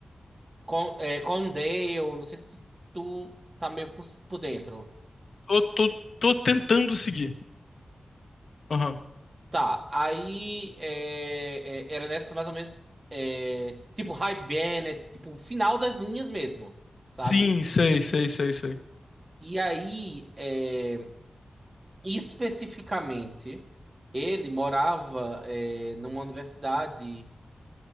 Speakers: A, on the right (about 40°); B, on the left (about 65°).
A: Con, é, Condale, não sei se tu, tu tá meio por, por dentro.
B: Tô, tô, tô tentando seguir. Aham.
A: Tá, aí é, é, era nessa mais ou menos, é, tipo High Bennett, tipo final das linhas mesmo, sabe?
B: Sim, sei, sei, sei, sei.
A: E aí, é, especificamente, ele morava é, numa universidade